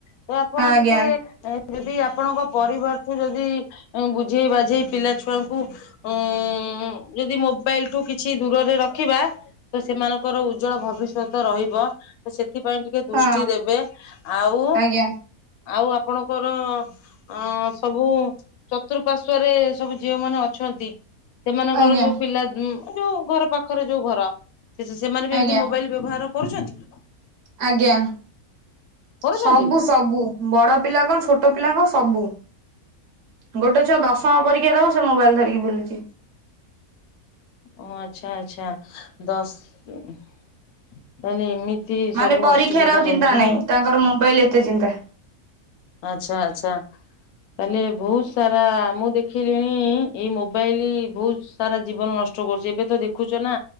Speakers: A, on the left (about 80°); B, on the right (about 50°).
A: ସେ ଆପଣ
B: ଆଜ୍ଞା
A: ଟିକେ ଏ ଯଦି ଆପଣଙ୍କ ପରିବାରଠୁ ଯଦି ବୁଝେଇ ବାଝେଇ ପିଲା ଛୁଆଙ୍କୁ ଉଁ- ଯଦି ମୋବାଇଲଠୁ କିଛି ଦୂରରେ ରଖିବା ତ ସେମାନଙ୍କର ଉଜ୍ଜଳ ଭବିଷ୍ୟ ସତ ରହିବ ତ ସେଥିପାଇଁ ଟିକେ ଦୃଷ୍ଟି
B: ହଁ
A: ଦେବେ ଆଉ
B: ଆଜ୍ଞା
A: ଆଉ ଆପଣଙ୍କର ଅଁ- ସବୁ ଚତ୍ ଚତୁଃପାର୍ଶ୍ଵରେ ସବୁ ଯେଉଁମାନେ ସବୁ ଅଛନ୍ତି ସେମାନଙ୍କର
B: ଆଜ୍ଞା
A: ସବୁ ପିଲା ଉଁ ଯଉ ଘର ପାଖରେ ଯଉ ଘର ସେ-ସେମାନେ ବି
B: ଆଜ୍ଞା
A: ଏମିତି ମୋବାଇଲ ବ୍ୟବହାର କରୁଛନ୍ତି।
B: ଆଜ୍ଞା
A: କରୁଛନ୍ତି
B: ସବୁ ସବୁ ବଡ ପିଲା କଣ ଛୋଟ ପିଲା କଣ ସବୁ। ଗୋଟେ ଛୁଆ ଦଶମ ପରୀକ୍ଷା ଦବ ସେ ମୋବାଇଲ୍ ଧରିକି ବୁଲୁଚି।
A: ଓ ଆଚ୍ଛା ଆଚ୍ଛା ଦଶ୍ -ତାହଲେ ଏମିତି
B: ମାନେ
A: ସବୁ
B: ପରୀକ୍ଷାରେ
A: ଅସୁବିଧା
B: ଆଉ
A: ହଉଛି
B: ଚିନ୍ତା ନାହିଁ
A: ନାଇଁ
B: ତାଙ୍କର ମୋବାଇଲ୍ ଏତେ ଚିନ୍ତା।
A: ଆଛା ଆଛା। ତାହେଲେ ବହୁତ୍ ସାରା ମୁଁ ଦେଖିଲିଣି ଏଇ ମୋବାଇଲି ବହୁତ୍ ସାରା ଜୀବନ ନଷ୍ଟ କରୁଚି ଏବେ ତ ଦେଖୁଚ ନା